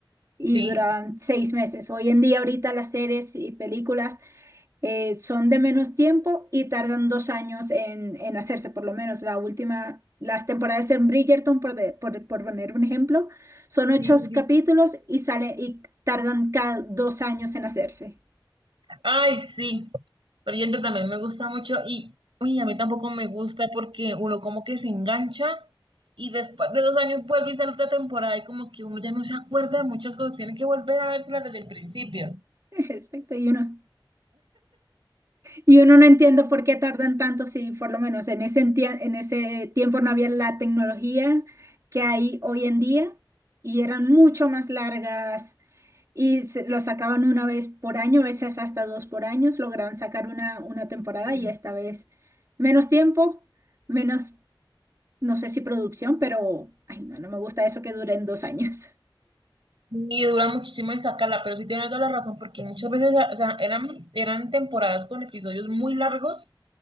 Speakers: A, on the right; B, on the right.
A: y
B: Sí.
A: duraban seis meses. Hoy en día, ahorita las series y películas eh, son de menos tiempo y tardan dos años en, en hacerse, por lo menos la última, las temporadas en Bridgerton, por, de- por, por poner un ejemplo, son ocho
B: Sí, sí.
A: capítulos y sale, y tardan cada dos años en hacerse.
B: Ay, sí. Pero Yendo también me gusta mucho y uy, a mí tampoco me gusta porque uno como que se engancha y después de dos años vuelve y sale otra temporada y como que uno ya no se acuerda de muchas cosas. Tiene que volver a vérselas desde el principio.
A: <laughs> Exacto, y uno, y uno no entiende por qué tardan tanto si por lo menos en ese, entie- en ese tiempo no había la tecnología que hay hoy en día y eran mucho más largas Y se- lo sacaban una vez por año, a veces hasta dos por año, lograban sacar una, una temporada
B: Sí.
A: y esta vez menos tiempo, menos, no sé si producción, pero, ay, no, no me gusta eso que duren dos años.
B: Y dura muchísimo en sacarla, pero sí tiene toda la razón, porque muchas veces, o sea, eran, eran temporadas con episodios muy largos